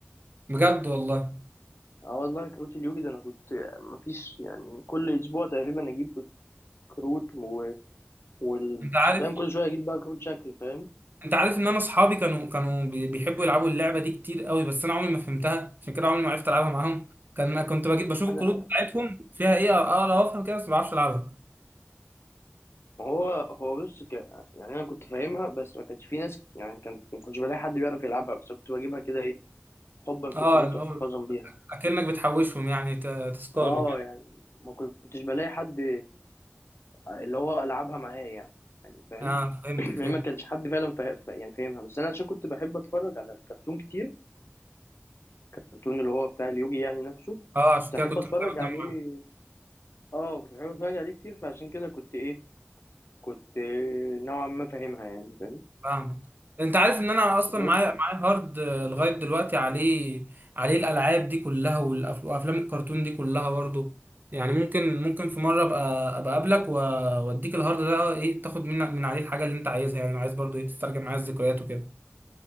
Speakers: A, on the right (about 50°); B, on the left (about 70°).
A: بجد والله
B: اه والله كروت اليوجي ده انا كنت مفيش يعني كل اسبوع تقريبا اجيب كروت و... وال...
A: انت عارف
B: فاهم كل شويه اجيب بقى كروت شكل فاهم
A: انت عارف ان انا اصحابي كانوا كانوا بي- بيحبوا يلعبوا اللعبه دي كتير قوي بس انا عمري ما فهمتها عشان كده عمري ما عرفت العبها معاهم كان ما كنت بجيب بشوف
B: انا
A: الكروت بتاعتهم فيها ايه اقرا وافهم كده بس ما بعرفش العبها
B: ما هو هو بص ك... يعني انا كنت فاهمها بس ما كانش في ناس يعني كان ما كنتش بلاقي حد بيعرف يلعبها بس كنت بجيبها كده ايه حبا في
A: اه
B: الكروت
A: اللي
B: واحتفاظا
A: هو
B: بيها
A: اكنك بتحوشهم يعني ت- تذكار
B: اه
A: وكده
B: يعني ما كنتش بلاقي حد اللي هو العبها معايا يعني فاهم
A: اه
B: <clears throat>
A: فهمتك فهمت
B: يعني ما كانش حد فعلا فا... فا- يعني فاهمها بس انا عشان كنت بحب اتفرج على الكرتون كتير الكرتون اللي هو بتاع اليوجي يعني نفسه
A: اه عشان
B: كنت
A: كده
B: احب
A: كنت
B: اتفرج
A: محتاج اجمع
B: عليه اه كنت بحب اتفرج عليه كتير فعشان كده كنت ايه كنت نوعا ما فاهمها يعني فاهم
A: فاهمك انت عارف ان انا اصلا
B: بس
A: معايا معايا هارد آه، لغايه دلوقتي عليه عليه الالعاب دي كلها والأف- وافلام الكرتون دي كلها برضو يعني ممكن ممكن في مره ابقى ابقى اقابلك و- واديك الهارد ده ايه تاخد من من عليه الحاجه اللي انت عايزها يعني لو عايز برضو ايه تسترجع معايا الذكريات وكده